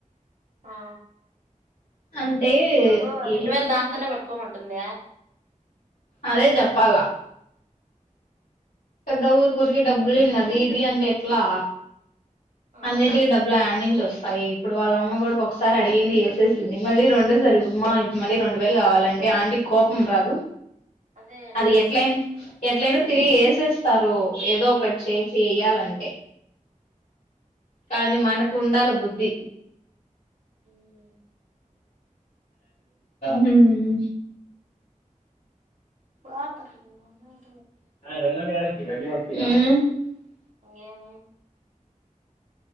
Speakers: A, on the right; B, on the left.
A: ఆ
B: అంటే
A: ఇప్పుడు
B: ఏ
A: రెండు వేలు దాంతోనే పట్టుకోమంటుంద
B: అదే చెప్పాలా పెద్ద ఊరు గురికి డబ్బులున్నది ఇది అంటే ఎట్లా
A: ఆ
B: అన్నిటికి డబ్బులు యాడి నుంచి వస్త సయి ఇప్పుడు వాళ్ళమ్మ కూడా ఒకసారి అడిగింది యేసేసింది మళ్ళీ రెండోసారి మా మళ్ళీ రెండు వేలు కావాలం ఆంటీ కి కోపం రాదు
A: అదే ఎట్లా
B: అది ఎట్లనా
A: వస్తుంది
B: ఎట్లయినా తిరిగి ఏసెస్ స్తారు ఏదో ఒకటి చేసి వెయ్యాలంటే కానీ మనకు ఉండాలి బుద్ధి
A: మ్మ్
B: హ్మ్
A: బతర్ <unintelligible>
B: హ్మ్
A: గేమి